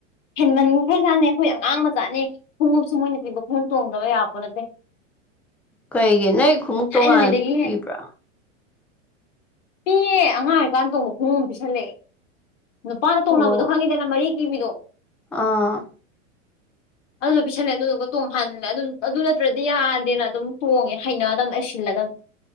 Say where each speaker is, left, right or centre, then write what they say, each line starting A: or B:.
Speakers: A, on the left (about 70°); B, in the centre.
A: ꯍꯦꯟꯃꯟ ꯈꯔꯖꯥꯠꯅꯦ ꯑꯩꯈꯣꯏ ꯑꯉꯥꯡ ꯃꯆꯥꯅꯦ ꯈꯣꯡꯎꯞꯁꯨ ꯃꯣꯏꯅ ꯄꯤꯕ ꯈꯣꯡꯎꯞ ꯇꯣꯡꯗꯕ ꯌꯥꯄꯣꯠ ꯅꯠꯇꯦ <inaudible>
B: ꯀꯩꯒꯤ ꯅꯣꯢ ꯈꯨꯎꯞ ꯇꯣꯉꯥꯟꯅ
A: ꯊꯥꯏꯅꯉꯩꯗꯒꯤ
B: ꯄꯤꯕ꯭ꯔꯥ
A: ꯄꯤꯌꯦ ꯑꯉꯥꯡ ꯑꯣꯏꯀꯥꯟ ꯇꯣꯡꯕ ꯈꯣꯡꯎꯞ ꯑꯃ ꯄꯤꯁꯜꯂꯛꯑꯦ ꯅꯨꯄꯥꯅ ꯇꯣꯡꯅꯕꯗꯣ
B: ꯑꯣ
A: ꯈꯪꯉꯤꯗꯅ ꯃꯔꯤ ꯀꯤꯕꯤꯗꯣ
B: ꯑꯥ
A: ꯑꯗꯨꯗꯣ ꯄꯤꯁꯜꯂꯦ ꯑꯗꯨꯗꯨꯒ ꯇꯣꯡꯍꯜꯂꯦ ꯑꯗꯨ ꯅꯠꯇ꯭ꯔꯗꯤ ꯌꯥꯗꯦꯅ ꯑꯗꯨꯝ ꯇꯣꯡꯉꯦ ꯍꯩꯅꯗꯕꯅ ꯑꯩ ꯁꯤꯜꯂꯗꯕꯅꯤ